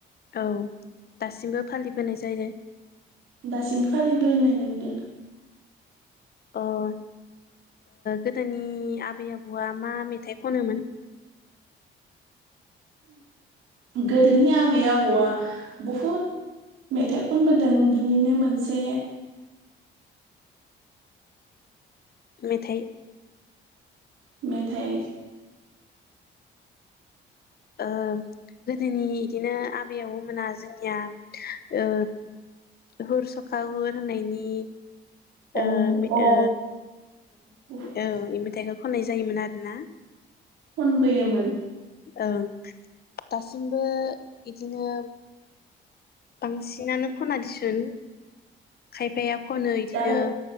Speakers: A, on the left (about 50°); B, on the right (about 85°).
A: औ दासिमबो फालिबोनाय जायो
B: दासिमबो फालिबोनाय मोनदों
A: अ ओ गोदोनि आबै आबौआ मा मेथाइ खनोमोन?
B: गोदोनि आबै आबौआ बहुद मेथाइ खनबोदों बिनिनो मोनसे
A: मेथाइ
B: मेथाइ
A: ओ गोदोनि इदिनो आबै आबौ मोना जोंनिया ओ हुर सखा हुर होननायनि
B: अ
A: ओ
B: अ
A: ओ
B: <unintelligible>
A: ओं इ मेथाइखौ खननाय जायोमोन आरोना
B: खनबोयोमोन।
A: ओं दासिमबो इदिनो बांसिनानो खना दिसुन खायफाया खनो इदिनो
B: दा